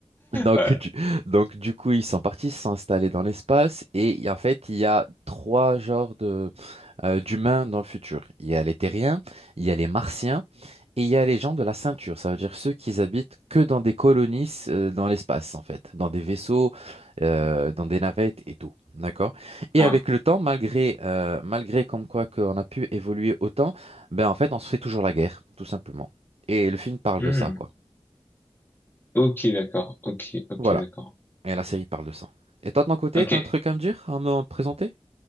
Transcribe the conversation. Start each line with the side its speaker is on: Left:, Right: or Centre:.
Right: Donc,
Left: Ouais.
Right: du, donc du coup, ils sont partis s'installer dans l'espace et y- en fait, il y a trois genres de euh, d'humains dans le futur. Il y a les terriens, il y a les martiens. Et il y a les gens de la ceinture, ça veut dire ceux qui habitent que dans des colonies euh, dans l'espace, en fait, dans des vaisseaux, euh, dans des navettes et tout. D'accord? Et
Left: Ouais.
Right: avec le temps, malgré, euh, malgré comme quoi qu'on a pu évoluer autant, ben en fait, on se fait toujours la guerre, tout simplement. Et le film parle
Left: Hmm.
Right: de ça, quoi.
Left: Ok, d'accord. Ok, ok,
Right: Voilà.
Left: d'accord.
Right: Et la série parle de ça. Et toi, de ton côté,
Left: Ok.
Right: t'as un truc à me dire, à me présenter?